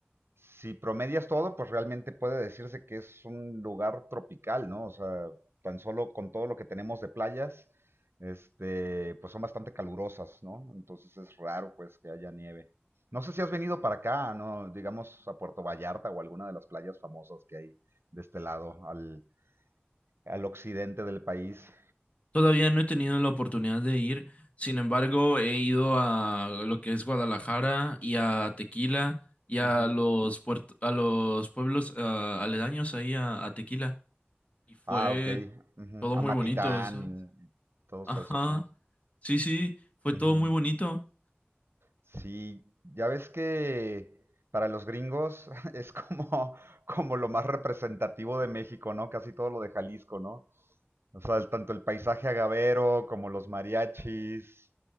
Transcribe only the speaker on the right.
si promedias todo, pues realmente puede decirse que es un lugar tropical, ¿no? O sea, tan solo con todo lo que tenemos de playas, este, pues son bastante calurosas, ¿no? Entonces es raro, pues, que haya nieve. No sé si has venido para acá, ¿no? Digamos a Puerto Vallarta o alguna de las playas famosas que hay de este lado, al, al occidente del país.
Ujú.
Ah, ok. ujú.
A
Matitán
y todos
esos, ¿no?
Ujú.
Sí, ya ves que para los gringos <laughs> es como, como lo más representativo de México, ¿no? Casi todo lo de Jalisco, ¿no? O sea, el- tanto el paisaje agavero, como los mariachis,